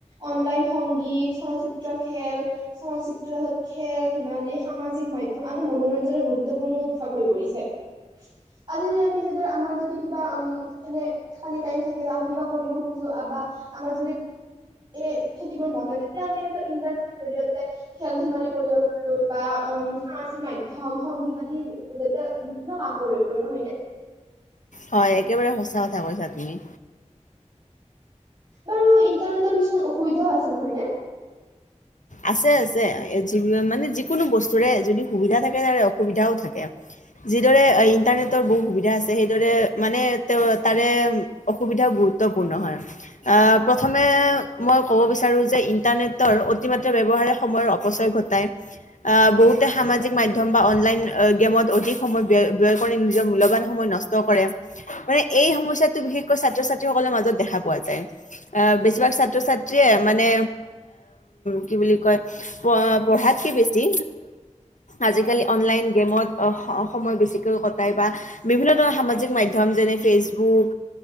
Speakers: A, on the right; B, on the left.
A: অনলাইন সংগীত চলচ্চিত্ৰ খেল চলচ্চিত্ৰ খেল ধেমালি সামাজিক মাধ্যম আদি মনোৰঞ্জনৰ গুৰুত্বপূৰ্ণউৎসৱ হৈ পৰিছে। আজি যদি আমি আমাৰ যদি কিবা উম এনে খালি টাইম থাকে বা আমি কিবা কৰিব খোজো বা আমাৰ যদি এনে থাকিবৰ মন ন যেতিয়া আমি এনেকুৱা ইণ্টাৰনেটৰ জৰিয়তে খেল ধেমালি কৰিব পাৰো। বা উম সামাজিক মাধ্যম সংগীত আদিৰ জৰিয়তে বিভিন্ন কাম কৰিব পাৰ নহয় ন'
B: হয় একেবাৰে সঁচা কথা কৈছা তুমি।
A: বাৰু ইন্টাৰনেটৰ কিছুমান অসুবিধাও আছে নহয়নে?
B: আছে -আছে মানে যিকোনো বস্তুৰে যদি সুবিধা থাকে তাৰে অসুবিধাও থাকে যিদৰে ইণ্টাৰনেটৰ বহুত সুবিধা আছে সেইদৰে মানে তেওঁ তাৰে অসুবিধাও গুৰুত্বপূৰ্ণ হয় প্ৰথমে মই ক'ব বিচাৰোঁ যে ইণ্টাৰনেটৰ অতিমাত্ৰা ব্যৱহাৰে সময়ৰ অপচয় ঘটাই আ বহুতে সামাজিক মধ্যম বা অনলাইন গেমত অধিক সময় ব্যয় ব্যয় কৰি নিজৰ মূল্যবান সময় নষ্ট কৰে মানে এই সমস্য়াটো বিশেষকৈ ছাত্ৰ ছাত্ৰীসকলৰ মাজত দেখা পোৱা যায়। আহ বেছিভাগ ছাত্ৰ ছাত্ৰীয়ে মানে কি বুলি কয়! পঢ়াতকৈ বেছি আজিকালি অনলাইন গেমত অ' সময় বেছিকৈ কটাই বা বিভিন্ন ধৰণৰ সামাজিক মাধ্যম যেনে ফেচবুক